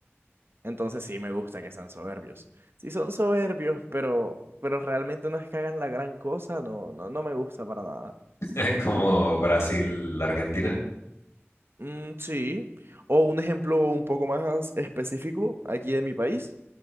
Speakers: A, on the right; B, on the left.
A: Entonces sí me gusta que sean soberbios. Sí son soberbios, pero, pero realmente no es que hagan la gran cosa, no, no, no me gusta para nada.
B: <laughs> como Brasil, Argentina.
A: Mm, sí. O un ejemplo un poco más específico aquí de mi país.